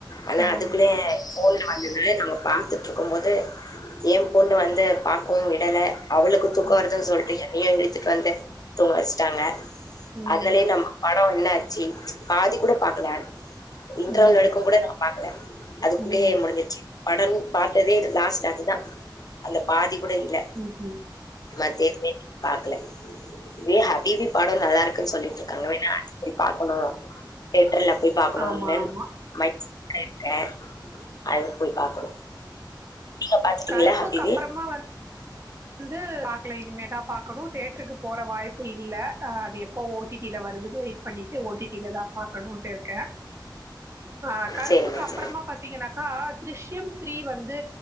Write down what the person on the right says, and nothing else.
ம்.
ம்.
ம்.
ம்.
ம்.
ம்ஹ்ம்.
ஆமா,
ஆமா.
கருப்புக்கு
அப்புறமா வ ந்து பாக் கலா இனிமேதா பாக்கணு தேட்டருக்கு போற வாய்ப்பு இல்ல அது எப்போ ஓ டி டி ல வருதுன்னு வெயிட் பண்ணிட்டு ஓ டி டி லதா பாக்கணுட்டு இருக்கே ஆஹ் கருப்புக்கு
அப்புறமா
பாசிகனா க்கா த்ரிஷ்யம் தரீ வந்து